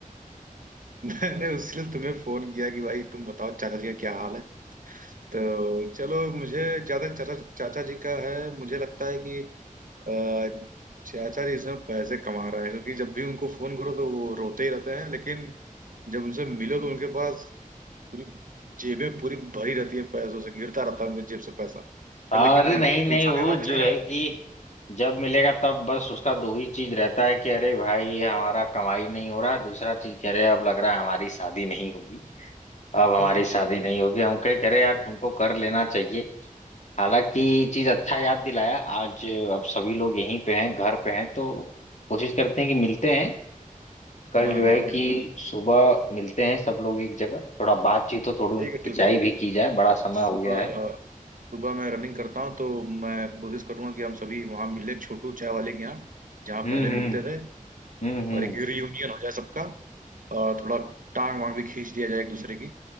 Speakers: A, on the right; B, on the left.
A: मैंने उसलिए तुम्हें फोन किया कि भाई तुम बताओ चाचा जी का क्या हाल है तो चलो मुझे ज्यादा चाचा चाचा जी का है मुझे लगता है कि अ, चाचा जी इसमें पैसे कमा रहे हैं क्योंकि जब भी उनको फोन करो तो वो रोते ही रहते हैं लेकिन जब उनसे मिलो तो उनके पास पूरी जेबें पूरी भरी रहती है पैसों से गिरता रहता है उनके जेब से पैसा
B: <laughs> अरे
A: लेकिन अ,
B: नहीं नहीं
A: पूछो
B: वो
A: क्या हाल
B: जो
A: चाल
B: है
A: है?
B: कि जब मिलेगा तब बस उसका दो ही चीज रहता है कि अरे भाई हमारा कमाई नहीं हो रहा है दूसरा चीज कह रहे अब लग रहा है हमारी शादी नहीं होगी अब हमारी
A: हम्म
B: शादी नहीं होगी हम कह करे यार तुमको कर लेना चाहिए हालांकि ये चीज अच्छा याद दिलाया आज अब सभी लोग यहीं पे हैं घर पे हैं तो कोशिश करते हैं कि मिलते हैं कल
A: हाँ
B: जो
A: हाँ
B: है कि
A: बिल्कुल
B: सुबह मिलते हैं सब लोग एक जगह थोड़ा बातचीत हो थोड़ी उनकी
A: ठीक है
B: खिंचाई
A: ठीक
B: भी की जाए बड़ा समय
A: सुबह
B: हो गया है
A: सुबह मैं रनिंग करता हूँ तो मैं कोशिश करूंगा कि हम सभी वहाँ मिलें छोटू चाय वाले के यहाँ जहाँ
B: हम्म
A: पहले
B: हम्म
A: मिलते थे
B: हम्म हम्म
A: और एक रियूनियन हो जाए सबका और थोड़ा टांग वांग भी खींच दिया जाए एक दूसरे की